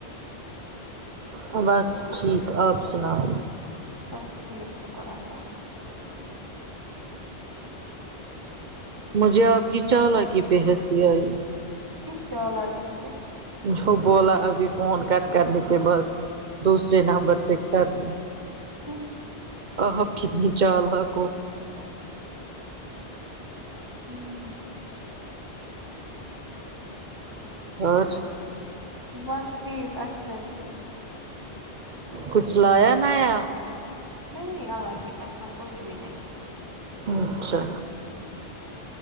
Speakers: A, on the right; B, on the right.
A: ہ بس ٹھیک آپ سناؤ
B: بس ٹھیک شکر اللہ
A: ہ مجھے آپ کی چال کی پہ ہنسی آئی
B: چالان پ
A: جو بولا ابھی فون کٹ کرنے کے بعد دوسرے نمبر سے کر ل
B: ہوں
A: آحب کتنی چال ح کو
B: ہوں
A: ہاں
B: بس ٹھیک اچھا اچھا
A: کچھ لایا نہ آیا
B: نہیں اللہ کی قسم کچھ بھی نہیں
A: اچھا